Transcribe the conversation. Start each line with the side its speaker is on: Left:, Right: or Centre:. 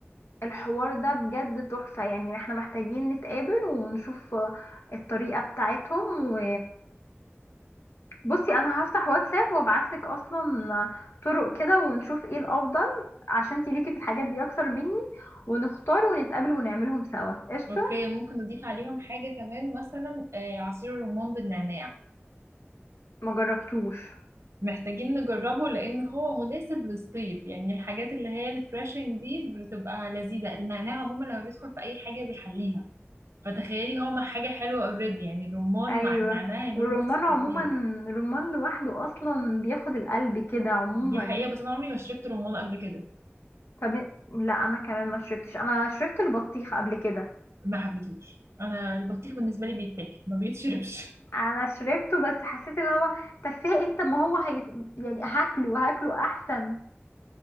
Left: الحوار ده بجد تحفه يعني احنا محتاجين نتقابل ونشوف الطريقه بتاعتهم و بصي انا هفتح واتساب وابعتلك اصلا طرق كده ونشوف ايه الافضل عشان انتي ليكي في الحاجات دي اكتر مني ونختار ونتقابل ونعملهم سوا قشطه
Right: اوكي ممكن نضيف عليهم حاجة كمان مثلا آه، عصير الرمان بالنعناع
Left: ما جربتوش
Right: محتاجين نجربه لان هو مناسب للصيف يعني الحاجات اللي هي الفريشنج دي بتبقى لذيذة النعناع عموما لما بيدخل في اي حاجة بيحليها فتخيلي هو مع حاجة حلوة اوريدي يعني الرمان
Left: ايوه
Right: مع النعناع هيعملوا
Left: والرمان
Right: ميكس خطير
Left: عموما الرمان لوحده اصلا بياخد القلب كده عموما
Right: دي حقيقة بس انا عمري ما شربت رمان قبل كده
Left: طب لا انا كمان ما شربتش انا شربت البطيخ قبل كده
Right: ما حبيتهوش انا البطيخ بالنسبة لي بيتاكل ما بيتشربش
Left: انا شربته بس حسيت ان هو تفاهه طب ما هو هي... يعني هاكله هاكله احسن